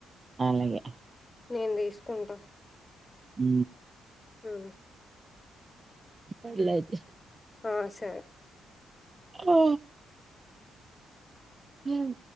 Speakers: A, on the right; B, on the left.
A: అలాగే
B: నేన్ దీసుకుంటా
A: ఊ
B: ఊమ్
A: అల అయితే
B: ఆ సరే
A: ఆ ఊమ్